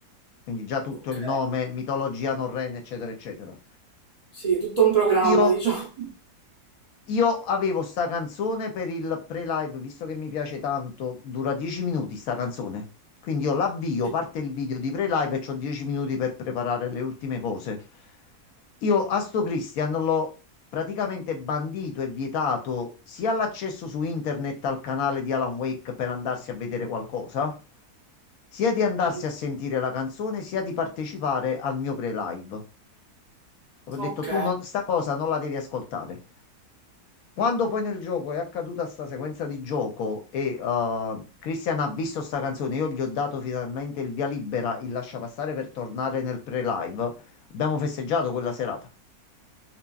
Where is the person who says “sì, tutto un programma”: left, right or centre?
Right